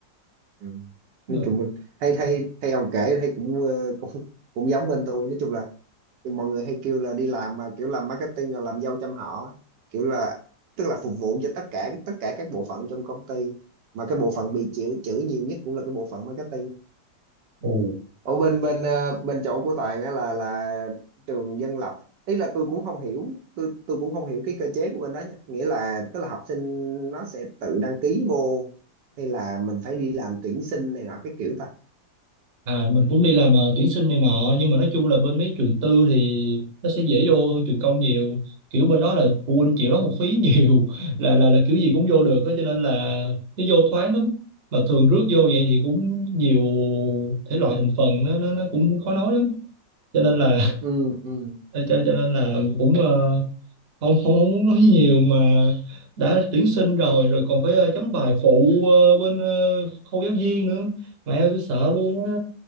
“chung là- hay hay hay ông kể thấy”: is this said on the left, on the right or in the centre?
Right